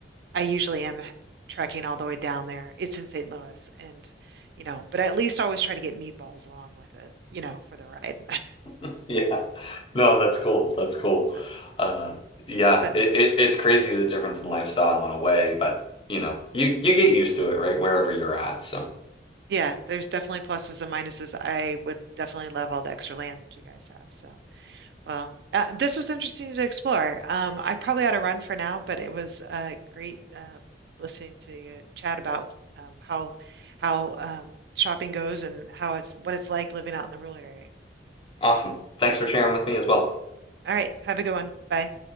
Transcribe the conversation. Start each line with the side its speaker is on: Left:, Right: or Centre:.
Right: I usually am trekking all the way down there. It's in St. Louis and you know, but I at least always try to get meatballs along with it, you know, for the ride. <laughs>
Left: <laughs> yeah, no, that's cool. That's cool.
Right: So,
Left: Uh, yeah,
Right: but
Left: it, it it's crazy the difference in lifestyle in a way, but you know, you you get used to it, right? Wherever you're at, so.
Right: Yeah, there's definitely pluses and minuses. I would definitely love all the extra land that you guys have. So, well, uh, this was interesting to explore. Um, I probably ought to run for now, but it was uh, great uh, listening to you chat about um, how how um, shopping goes and how it's what it's like living out in the rural area.
Left: Awesome. Thanks for sharing with me as well.
Right: All right, have a good one. Bye.